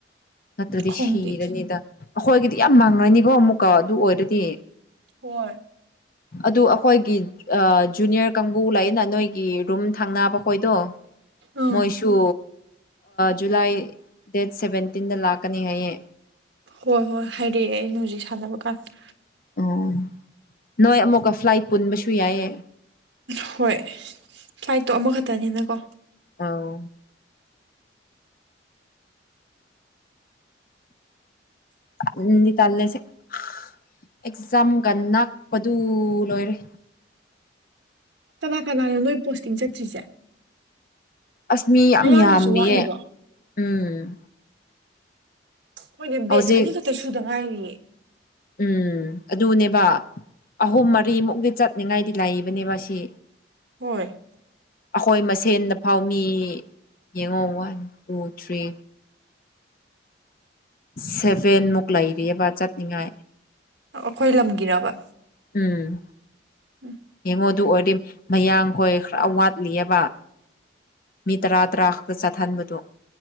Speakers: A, on the left; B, on the right.
A: ꯅꯠꯇ꯭ꯔꯗꯤ
B: ꯈꯣꯡꯗꯦ
A: ꯁꯤꯔꯅꯤꯗ ꯑꯩꯈꯣꯏꯒꯤꯗꯤ ꯌꯥꯝ ꯃꯥꯡꯉꯅꯤꯀꯣ ꯑꯃꯨꯛꯀ ꯑꯗꯨ ꯑꯣꯏꯔꯗꯤ
B: ꯀꯣꯔ
A: ꯑꯗꯨ ꯑꯩꯈꯣꯏꯒꯤ ꯑꯥ ꯖꯨꯅꯤꯌꯔ ꯀꯥꯡꯕꯨ ꯂꯩꯌꯦꯅ ꯅꯣꯏꯒꯤ ꯔꯨꯝ ꯊꯡꯅꯕ ꯑꯩ ꯍꯈꯣꯏꯗꯣ
B: ꯑꯪ
A: ꯃꯣꯏꯁꯨ ꯖꯨꯂꯥꯏ ꯗꯦꯠ ꯁꯦꯚꯦꯟꯇꯤꯟꯗ ꯂꯥꯛꯀꯅꯤ ꯍꯥꯏꯌꯦ
B: ꯍꯣꯏ ꯍꯣꯏ ꯍꯥꯏꯔꯛꯑꯦ ꯑꯩꯅ ꯍꯧꯖꯤꯛ ꯁꯥꯟꯅꯕ ꯀꯥꯟꯗ
A: ꯑꯣ ꯅꯣꯏ ꯑꯃꯨꯛꯀ ꯐ꯭ꯂꯥꯏꯠ ꯄꯨꯟꯕꯁꯨ ꯌꯥꯏꯑ
B: ꯍꯣꯏ ꯐ꯭ꯂꯥꯏꯠꯇꯣ ꯑꯃꯈꯛꯇꯅꯤꯅ ꯀꯣ
A: ꯑꯥꯎ ꯇꯟꯗꯤ ꯇꯜꯂꯦ ꯁꯦ ꯈꯥ ꯑꯦꯛꯖꯥꯝꯒ ꯅꯛꯄꯗꯨ ꯂꯣꯏꯔꯦ
B: ꯀꯅꯥ ꯀꯅꯥꯅꯣ ꯅꯣꯏ ꯄꯣꯁꯇꯤꯡ ꯆꯠꯇ꯭ꯔꯤꯁꯦ
A: ꯑꯁ ꯃꯤ ꯌꯥꯝ
B: ꯃꯌꯥꯝꯗꯁꯨ
A: ꯌꯥꯝꯔꯤꯌꯦ
B: ꯋꯥꯠꯂꯤꯕ
A: ꯎꯝ
B: ꯃꯣꯏꯅꯦ ꯕꯦꯆ
A: ꯍꯧꯖꯤꯛ
B: ꯑꯅꯤꯈꯛꯇ ꯁꯨꯗ ꯉꯥꯏꯔꯤꯌꯦ
A: ꯎꯝ ꯑꯗꯨꯅꯦꯕ ꯑꯍꯨꯝ ꯃꯔꯤꯃꯨꯛꯗꯤ ꯆꯠꯅꯤꯡꯉꯥꯏꯗꯤ ꯂꯥꯛꯏꯕꯅꯦꯕ ꯁꯤ
B: ꯍꯣꯏ
A: ꯑꯩꯈꯣꯏ ꯃꯁꯦꯟꯗ ꯐꯥꯎ ꯃꯤ ꯌꯦꯡꯉꯣ ꯋꯥꯟ ꯇꯨ ꯊ꯭ꯔꯤ ꯁꯚꯦꯟꯃꯨꯛ ꯂꯩꯔꯤꯑꯕ ꯆꯠꯅꯤꯡꯉꯥꯏ
B: ꯑꯩꯈꯣꯏ ꯂꯝꯒꯤꯔꯕ
A: ꯎꯝ
B: ꯎꯝ
A: ꯌꯦꯡꯉꯣꯗꯨ ꯑꯣꯏꯔꯗꯤ ꯃꯌꯥꯡꯈꯣꯏ ꯈꯔ ꯋꯥꯠꯂꯤꯑꯕ ꯃꯤ ꯇꯔꯥ ꯇꯔꯥ ꯈꯛꯇ ꯆꯠꯊꯍꯟꯕꯗꯣ